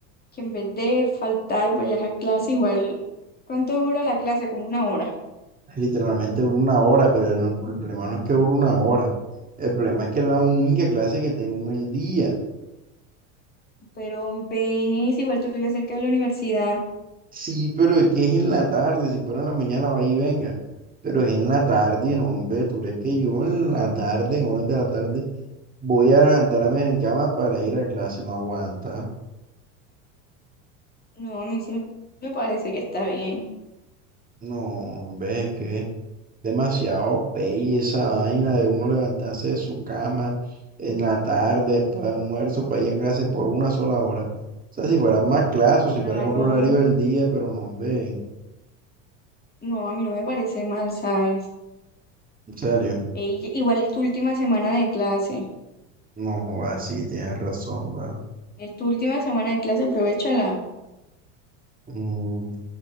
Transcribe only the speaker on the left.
que en vez de faltar, vayas a clase igual. ¿Cuánto dura la clase? Como una hora.
Pero ves, igual tú vives cerca de la universidad.
No, a mí sí me parece que está bien.
Claro,
no, a mí no me parece mal, ¿sabes?
E- y- igual es tu última semana de clase.
Es tu última semana de clase, aprovechala.